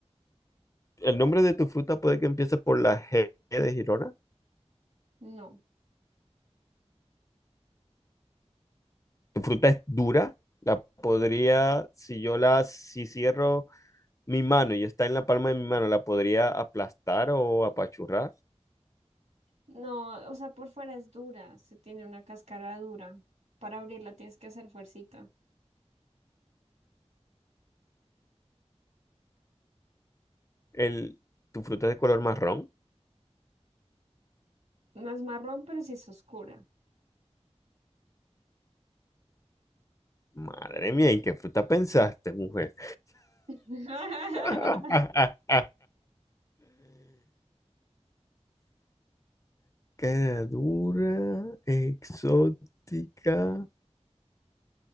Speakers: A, on the left; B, on the right.
A: el nombre de tu fruta puede que empiece por la G de Girona.
B: No,
A: Tu fruta es dura. La podría, si yo la, si cierro mi mano y está en la palma de mi mano, la podría aplastar o apachurrar.
B: no, o sea, por fuera es dura, se tiene una cáscara dura. Para abrirla tienes que hacer fuercita.
A: El, tu fruta es de color marrón.
B: No es marrón, pero sí es oscura.
A: Madre mía, ¿y qué fruta pensaste, mujer?
B: <laughs>
A: <laughs> Cara dura, exótica.